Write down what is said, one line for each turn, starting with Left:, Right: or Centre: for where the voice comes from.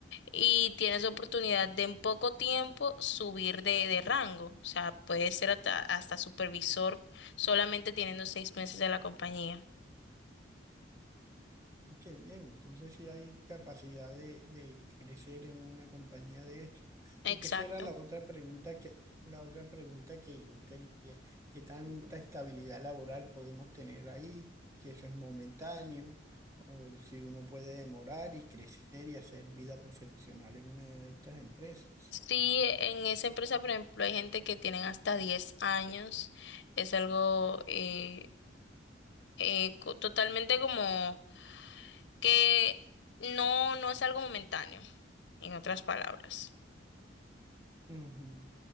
Left: y tienes oportunidad de en poco tiempo subir de, de rango. O sea, puedes ser hasta, hasta supervisor solamente teniendo seis meses de la compañía.
Right: Qué bien, entonces sí hay capacidad de, de crecer en una compañía de estos. Porque
Left: Exacto.
Right: esa era la otra pregunta que, la otra pregunta que yo quería. ¿Qué tanta estabilidad laboral podemos tener ahí? Si eso es momentáneo, o si uno puede demorar y crecer y hacer vida profesional en una de estas empresas.
Left: Sí, en esa empresa, por ejemplo, hay gente que tienen hasta 10 años. Es algo eh, eh, co- totalmente como que no, no es algo momentáneo, en otras palabras.
Right: Ujú.